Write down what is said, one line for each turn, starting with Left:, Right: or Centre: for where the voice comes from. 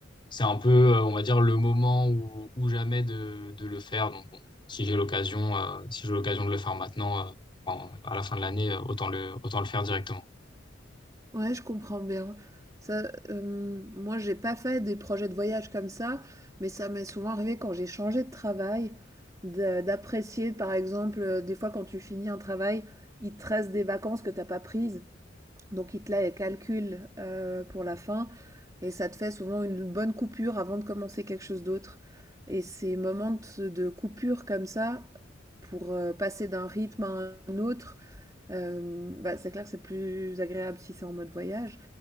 Left: c'est un peu, euh, on va dire, le moment ou, ou jamais de, de le faire. Donc, bon, si j'ai l'occasion, euh, si j'ai l'occasion de le faire maintenant, euh, en- à la fin de l'année, euh, autant le, autant le faire directement.
Right: Ouais, je comprends bien. Ça, euh, moi, j'ai pas fait des projets de voyage comme ça, mais ça m'est souvent arrivé quand j'ai changé de travail, de- d'apprécier, par exemple, euh, des fois quand tu finis un travail, il te reste des vacances que t'as pas prises, donc il te la calcule euh, pour la fin, et ça te fait souvent une bonne coupure avant de commencer quelque chose d'autre. Et ces moments de, de coupure comme ça, pour euh, passer d'un rythme à un autre, Hem, bah, c'est clair que c'est plus agréable si c'est en mode voyage,